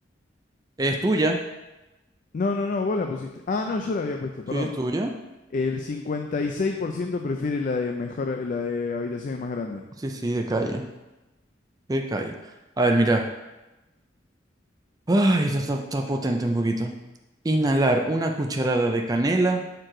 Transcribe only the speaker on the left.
No, no, no, vos la pusiste. Ah, no, yo la había puesto, perdón.
El 56% prefiere la de mejor, la de habitaciones más grandes.